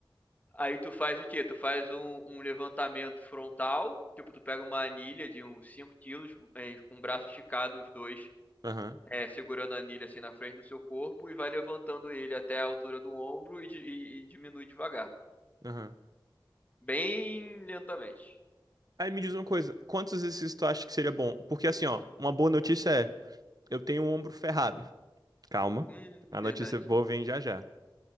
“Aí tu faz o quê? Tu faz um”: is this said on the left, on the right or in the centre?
Left